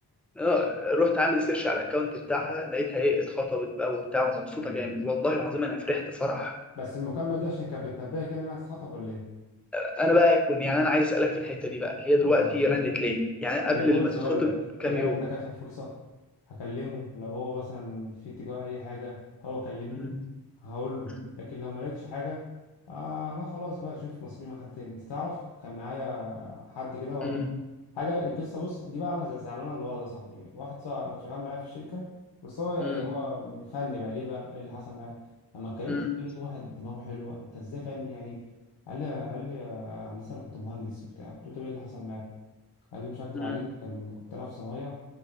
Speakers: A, in the centre; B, on the left.
A: اه رحت عامل سيرش على الاكونت بتاعها لقيتها ايه اتخطبت بقى وبتاع ومبسوطه
B: امم
A: جامد والله العظيم انا فرحت فرح
B: بس المكالمه دي عشان كانت بتنبهك يعني انها هتتخطب ولا ايه
A: انا بقى كنت يعني انا عايز اسالك في الحته دي بقى هي دلوقتي
B: اه
A: رنت ليه يعني قبل
B: هي بص
A: ما تتخطب
B: هقول لك
A: بكام
B: هي قالت
A: يوم
B: لك اخر فرصه هكلمه لو هو مثلا في اتجاه اي حاجه هو كلمني
A: مم،
B: هقول له
A: مم،
B: لكن لو ما لقيتش حاجه آه لا خلاص بقى شوف نصيبي مع حد تاني انت تعرف كان معايا حد كده برضو
A: مم،
B: حاجه القصه بص دي بقى انا ز- زعلان على الولد ده صاحبي واحد صاحب شغال معايا في الشركه بس هو يعني
A: مم،
B: هو فني بقى ليه بقى إيه اللي حصل معاه لما اتكلمت
A: مم،
B: لقيته واحد دماغه حلوه انت ازاي فني يعني قال لي قال لي آه، هندسه انا كنت مهندس وبتاع قلت له طب ايه اللي حصل معاك قال لي مش هكدب
A: مم،
B: عليك كان كنت انا في صنايع